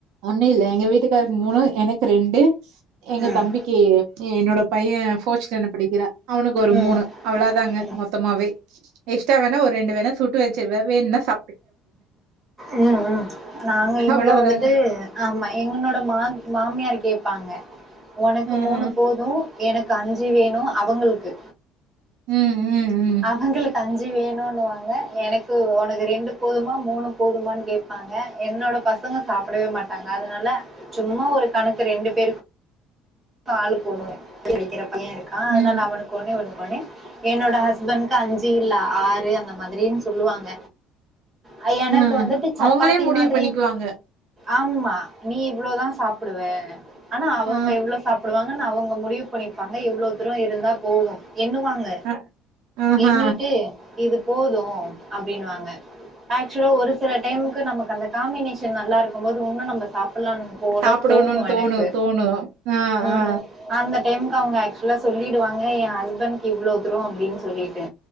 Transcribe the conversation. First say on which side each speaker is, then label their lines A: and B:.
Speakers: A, on the right; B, on the right.
A: ஒண்ணும் இல்ல எங்க வீட்டுக்காருக்கு மூணு எனக்கு ரெண்டு எங்க
B: ம்.
A: தம்பிக் கு என்னோட பையன் ஃபோர்த் ஸ்டேண்டர்ட் படிக்கிறா அவனுக்கு ஒரு
B: ம்.
A: மூணு அவ்ளா தாங்க
B: ம்.
A: மொத்தமாவே எக்ஸ்ட்ரா வேணா ஒரு ரெண்டு வேணா சுட் டு வச்சிருவே வேண்னா சாப்
B: உம் உம் நாங்க இங்க
A: அவ்ளோதாங்க
B: வந்துட்டு ஆமா எங்கன்னோட மா மாமியார் கேப்பாங்க ஒனக்கு
A: ம்
B: மூணு போது எனக்கு அஞ்சி வேணு அவுங்களுக்கு
A: ம் ம் ம்
B: அவங்களுக்கு அஞ்சி வேணுனுவாங்க எனக்கு ஒனக்கு ரெண்டு போதுமா மூணு போதுமானு கேப் பாங்க என்னோட பசங்க சாப்டவே மாட்டாங்க அதுனால சும்மா ஒரு கணக்கு ரெண்டு பேருக்கு ஆளுக்கு ஒன்னொன்னு படிக்கிற பைய இருக்கா அதுனால
A: ம்
B: அவனுக்கு ஒன்னே ஒன்னு பண்ணி என்னோட ஹஸ்பண்ட்கு அஞ்சி இல்ல ஆறு அந்த மாதிரினு சொல்லுவாங்க அ எனக்கு
A: ஆ
B: வந்துட்டு சப்பாத்தி
A: அவங்களே முடிவு
B: மாதிரி
A: பண்ணிக்குவாங்க
B: ஆமா நீ இவ்ளதா சாப்டுவ ஆனா அவுங்க
A: ஆ
B: எவ்ளோ படுவாங்கனு அவுங்க முடிவு பண்ணிருப்பாங்க இவ்ளோ தூரம் இருந்தா போது எண்ணுவாங்க
A: ஆ, ஆஹா
B: எண்ணிட்டு இது போது அப்டினுவாங்க ஆக்சுவலா ஒரு சில டைமுக்கு நமக்கு அந்த காம்பினேஷன் நல்லா இருக்கும்போது உன்னு நம்ம சாப்புலானு போல
A: சாப்பிடணும்னு
B: தோணு எனக்கு
A: தோணு. ஆ,
B: ம்.
A: ஆ,
B: அந்த டைமுக்கு அவுங்க ஆக்சுவலா சொல்லிடுவாங்க என் ஹஸ்பண்ட்கு இவ்ளோ தூரோ அப்டினு சொல்லிட்டு